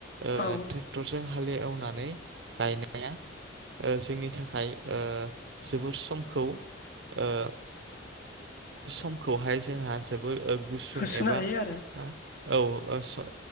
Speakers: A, on the right (about 65°); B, on the left (about 50°).
A: ओ
B: औ
A: ट्रेक्टरजों हालेव नानै गायनाया ओ जोंनि थाख खाय ओ जोबोर समखौ ओ समखौहाय जोंहा जोबोर ओ गुसुं
B: होसोनो
A: एबा
B: हायो आरो
A: आ औ ओ स